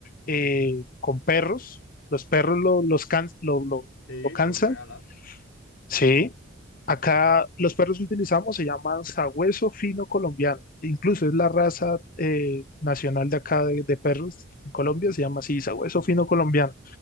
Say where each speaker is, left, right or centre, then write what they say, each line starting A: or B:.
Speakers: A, on the left; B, on the left.
A: Eh, con perros. Los perros lo- los, can- lo, lo,
B: Sí,
A: lo cansan
B: con realas.
A: Sí, acá los perros que utilizamos se llaman sabueso fino colombiano. Incluso es la raza eh, nacional de acá de, de perros en Colombia, se llama así, sabueso fino colombiano.